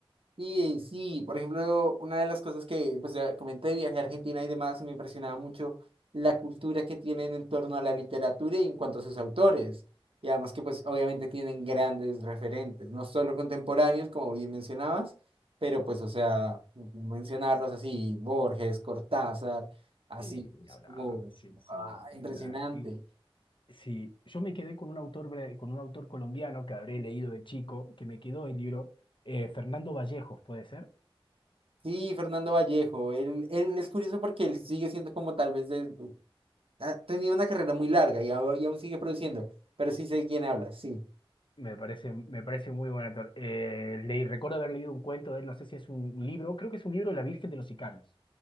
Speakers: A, on the right (about 70°); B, on the left (about 60°).
A: Sí, sí, por ejemplo, una de las cosas que pues, ya comenté de viaje a Argentina y demás, me impresionaba mucho la cultura que tienen en torno a la literatura y en cuanto a sus autores. Y además que pues obviamente tienen grandes referentes, no solo contemporáneos, como bien mencionabas, pero pues o sea, mencionarlos así, Borges, Cortázar, así,
B: Sí, ni
A: es
B: hablar,
A: como
B: sí, sí,
A: ah,
B: ni
A: impresionante.
B: hablar. Y sí, yo me quedé con un autor, bra- con un autor colombiano que habré leído de chico, que me quedó el libro, eh, Fernando Vallejos, ¿puede ser?
A: Sí, Fernando Vallejo, él, él es curioso porque él sigue siendo como tal vez de, Ha tenido una carrera muy larga y, ahora- y aún sigue produciendo, pero sí sé de quién habla, sí.
B: Me parece, me parece muy buen actor. Eh, le, recuerdo haber leído un cuento de él, no sé si es un libro, creo que es un libro, La Virgen de los Sicarios.